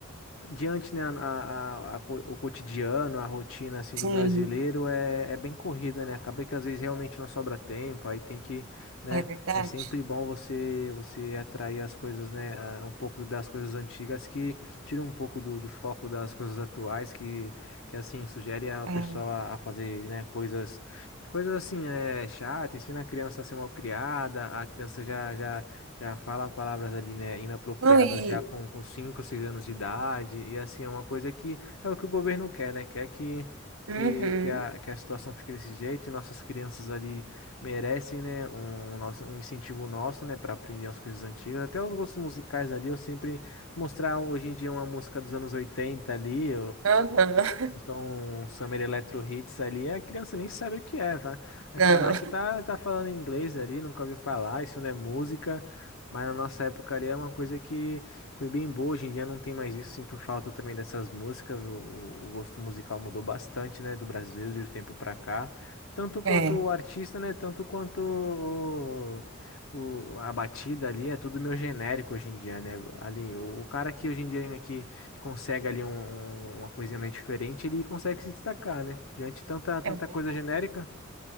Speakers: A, on the left; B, on the right.
A: Diante, né, a, a- a co- o cotidiano, a rotina, assim,
B: Sim,
A: do brasileiro é, é bem corrida, né? Acaba que às vezes realmente não sobra tempo, aí tem que, né,
B: é verdade.
A: é sempre bom você você atrair as coisas, né, ah, um pouco das coisas antigas que tira um pouco do, do foco das coisas atuais, que, que assim, sugere ao
B: É.
A: pessoal
B: Uhum.
A: a, a fazer, né, coisas... Coisas assim, é chata, ensina a criança a ser mal criada, a criança já, já já fala palavras ali, né, inapropriadas
B: Não, e.
A: já com, com 5 6 anos de idade, e assim, é uma coisa que é o que o governo quer, né, quer que,
B: Uhum.
A: que, que, a, que a situação fique desse jeito, e nossas crianças ali merecem, né, um, um nosso, um incentivo nosso, né, para aprender as coisas antigas, até os gostos musicais ali, eu sempre mostrar hoje em dia uma música dos anos 80 ali,
B: Aham. <laughs>
A: então, um Summer Electro Hits ali, a criança nem sabe o que é, vai, vai
B: Não,
A: falar que tá, tá falando inglês ali, nunca ouviu falar, isso não é música, mas na nossa época ali é uma coisa que foi bem boa, hoje em dia não tem mais isso, sinto falta também dessas músicas, o, o- o gosto musical mudou bastante, né, do brasileiro de um tempo pra cá, tanto quanto
B: é,
A: o artista, né, tanto quanto o- o- a batida ali, é tudo meio genérico hoje em dia, né, ali, o, o cara que hoje em dia aqui consegue ali um- um, uma coisinha mais diferente, ele consegue se destacar, né? Diante de tanta, tanta
B: é verdade.
A: coisa genérica.